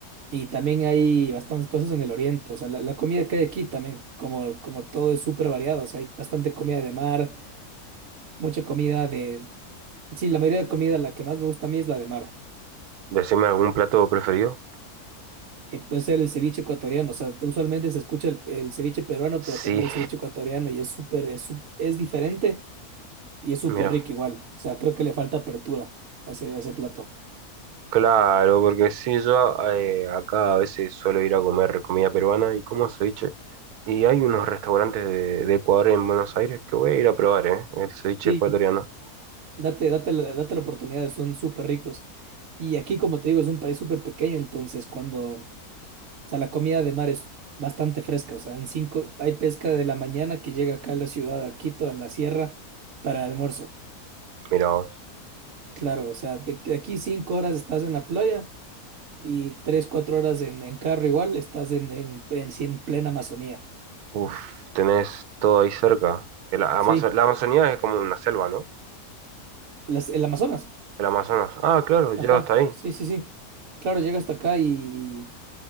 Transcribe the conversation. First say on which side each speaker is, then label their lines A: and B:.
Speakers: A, on the right; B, on the right.
A: Y también hay bastantes cosas en el oriente, o sea, la, la comida que hay aquí también, como, como todo es súper variado, o sea, hay bastante comida de mar, mucha comida de... Sí, la mayoría de comida, la que más me gusta a mí es la de mar.
B: Decime algún plato preferido.
A: Eh, puede ser el ceviche ecuatoriano, o sea, te- usualmente se escucha el, el ceviche peruano, pero
B: Sí,
A: también el ceviche ecuatoriano y es súper, es, sup- es diferente y es súper
B: <laughs> mira.
A: rico igual, o sea, creo que le falta apertura a ese, a ese plato.
B: Claro, porque sí, yo eh, acá a veces suelo ir a comer comida peruana y como ceviche. Y hay unos restaurantes de, de Ecuador en Buenos Aires que voy a ir a probar, ¿eh? El ceviche
A: Sí,
B: ecuatoriano.
A: date, date, la- date la oportunidad, son súper ricos. Y aquí, como te digo, es un país súper pequeño, entonces cuando O sea, la comida de mar es bastante fresca. O sea, en cinco, hay pesca de la mañana que llega acá a la ciudad, a Quito, en la sierra, para el almuerzo.
B: Mirá vos.
A: Claro, o sea, de, de aquí cinco horas estás en la playa y tres, cuatro horas en, en carro igual, estás en, en, en, sí, en plena Amazonía.
B: Uf, tenés todo ahí cerca. El Amazo-
A: Sí,
B: la Amazonía es como una selva, ¿no?
A: las, el Amazonas.
B: El Amazonas. Ah, claro, llega
A: Ajá,
B: hasta ahí.
A: sí, sí, sí. Claro, llega hasta acá y